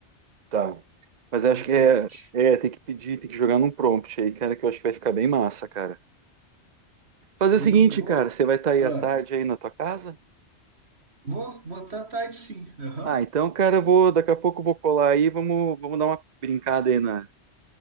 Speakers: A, on the right; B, on the right.
A: tá. Mas acho
B: no
A: que
B: prompt.
A: é, é, tem que pedir, tem que jogar num prompt aí, cara, que eu acho que vai ficar bem massa, cara. Fazer
B: Sim,
A: o seguinte,
B: ô,
A: cara, você vai estar aí
B: ah,
A: à tarde aí na tua casa?
B: vou votar tarde, sim. Aham.
A: Ah, então, cara, eu vou, daqui a pouco eu vou colar aí, vamos, vamos dar uma brincada aí na,